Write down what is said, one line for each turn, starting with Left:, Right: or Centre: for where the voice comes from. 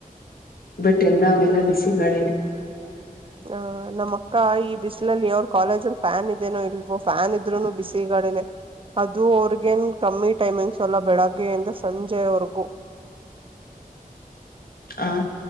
Left: ಬಟ್ ಎಲ್ಲ ಅವೆಲ್ಲ ಬಿಸಿಗಳೇ
Right: ಅಹ ನಮ್ಮಕ್ಕ ಈ ಬಿಸಿಲಲ್ಲಿ ಅವರು ಕಾಲೇಜಲ್ಲಿ ಫ್ಯಾನ್ ಇದದೆೇನೋ ಇಲ್ವ ಫ್ಯಾನ್ ಇದ್ರುನು ಬಿಸಿಾಡಿನನೆ ಅದು ಅವ್ರಿಗೇನ್ ಕಮ್ಮಿ ಟೈಮಿಂಗ್ಸ್ ಅಲ್ಲ ಬೆಳಗ್ಗೆಯಿಂದ ಸಂಜೆವರ್ಗೂ
Left: ಹ